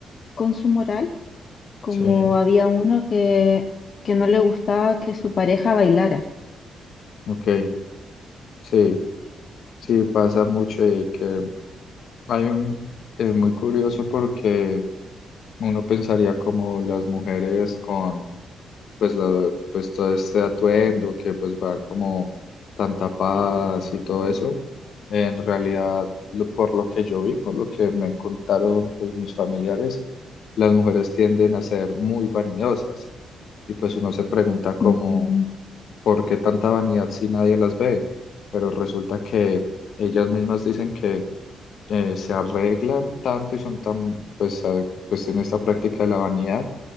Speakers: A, on the left (about 50°); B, on the left (about 70°).
A: con su moral, como
B: sí,
A: había uno que, que no le gustaba que su pareja bailara.
B: ok, sí. Sí, pasa mucho y que hay un, es muy curioso porque uno pensaría como las mujeres con pues, la, pues todo este atuendo que pues van como tan tapadas y todo eso. En realidad, lo- por lo que yo vi, por lo que me contaron pues mis familiares, las mujeres tienden a ser muy vanidosas y pues uno se pregunta como,
A: Mm,
B: ¿por qué tanta vanidad si nadie las ve? Pero resulta que ellas mismas dicen que eh, se arreglan tanto y son tan, pues, a- pues en esta práctica de la vanidad